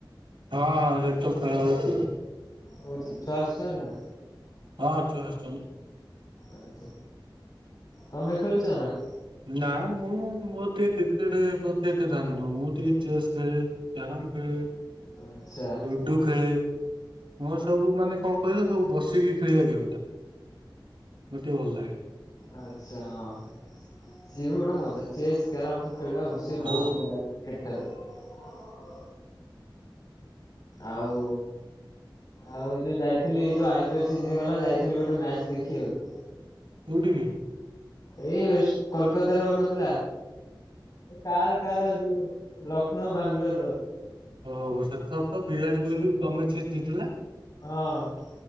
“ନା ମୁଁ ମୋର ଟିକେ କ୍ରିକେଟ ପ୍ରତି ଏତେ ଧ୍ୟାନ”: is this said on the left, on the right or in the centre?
Right